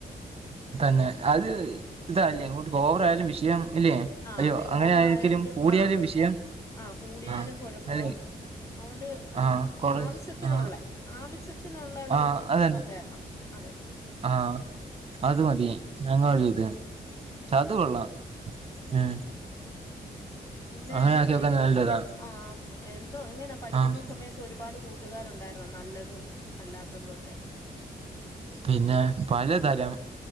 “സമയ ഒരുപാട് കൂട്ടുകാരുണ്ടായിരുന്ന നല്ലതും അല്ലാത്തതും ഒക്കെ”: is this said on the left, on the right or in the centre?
Left